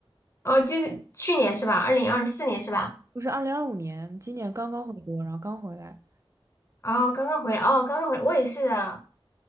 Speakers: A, on the left; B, on the right.
A: 哦，就是去年是吧？二零二四年是吧？
B: 就是二零二五年，今年刚刚回国，然后刚回来。
A: 哦，刚刚回来，哦，刚刚回来，我也是的，